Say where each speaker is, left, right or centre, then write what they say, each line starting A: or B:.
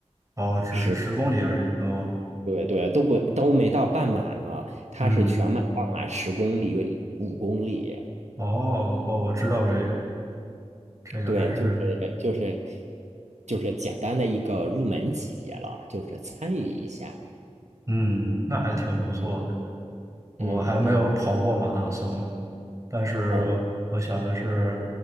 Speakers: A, on the right (about 30°); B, on the right (about 85°).
A: 哦，只是十公里而已。
B: 十，
A: 哦，
B: 对对，都不都没到半马呢，它是全马、
A: 嗯，
B: 半马、十公里、五公里。
A: 哦哦，我知道这个，
B: 嗯，
A: 这个还是
B: 对，就是就是就是简单的一个入门级别了，就是参与一下。
A: 嗯，那还挺不错的。
B: 嗯
A: 我还没有跑过马拉松，
B: 嗯嗯。
A: 但是
B: 哦
A: 我想的是，